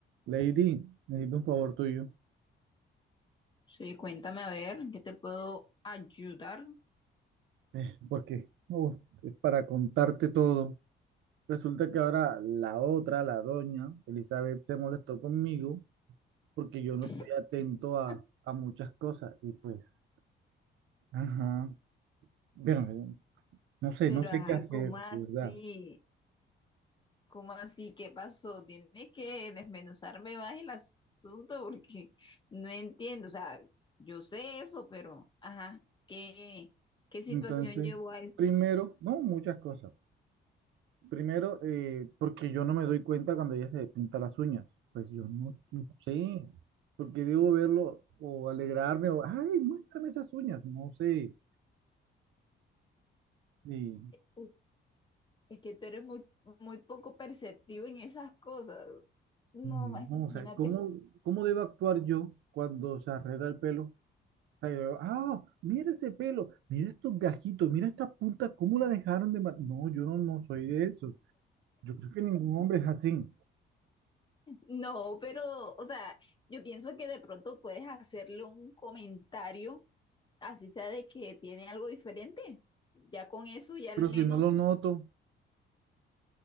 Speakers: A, on the right; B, on the left.
A: Lady, necesito un favor tuyo,
B: Sí, cuéntame a ver, ¿en qué te puedo ayudar?
A: eh, porque uf, es para contarte todo. Resulta que ahora la otra, la doña Elizabeth, se molestó conmigo porque yo no
B: <laughs>
A: estoy atento a, a muchas cosas y pues, ajá, pero eh, no sé,
B: Pero
A: no sé
B: ajá,
A: qué hacer,
B: ¿cómo así?
A: de ¿verdad?
B: ¿Cómo así? ¿Qué pasó? Tienes que desmenuzarme más el asunto porque no entiendo. O sea, yo sé eso, pero ajá, ¿qué, qué situación
A: Entonces,
B: llevó a eso?
A: primero, no, muchas cosas. Primero, eh, porque yo no me doy cuenta cuando ella se pinta las uñas. Pues yo no, no sé, porque debo verlo o alegrarme o, ay, muéstrame esas uñas. No sé. Y,
B: Uy, Es que tú eres muy, muy poco perceptivo en esas cosas. No,
A: no, o
B: imagínate.
A: sea, ¿cómo, cómo debo actuar yo cuando se arregla el pelo? O sea, yo digo, ah, mira ese pelo, mira estos gajitos, mira esta punta, ¿cómo la dejaron de... ma-?". No, yo no, no soy de eso. Yo creo que ningún hombre es así.
B: No, pero, o sea, yo pienso que de pronto puedes hacerle un comentario, así sea de que tiene algo diferente. Ya con eso, ya al
A: Pero
B: menos,
A: si no lo noto,